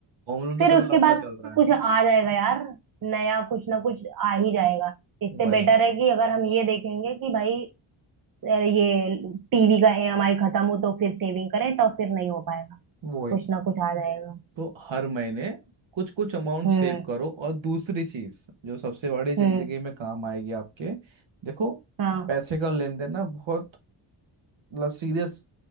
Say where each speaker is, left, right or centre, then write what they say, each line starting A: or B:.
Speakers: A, on the right; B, on the right.
A: होम लोन तो
B: फिर उसके
A: चलो लंबा
B: बाद
A: चल रहा है
B: कुछ आ जाएगा यार नया कुछ ना कुछ आ ही जाएगा इससे
A: वही
B: बेटर है कि अगर हम ये देखेंगे कि भाई अ, ये टीवी का ईएमआई खत्म हो तो फिर सेविंग करें तो फिर नहीं हो पाएगा
A: वही
B: कुछ ना कुछ आ जाएगा
A: तो हर महीने कुछ कुछ अमाउंट
B: हम्म
A: सेव करो और दूसरी चीज जो सबसे बड़ी जिंदगी
B: हम्म
A: में काम आएगी आपके देखो
B: हाँ
A: पैसे का लेन देन ना बहुत मतलब सीरियस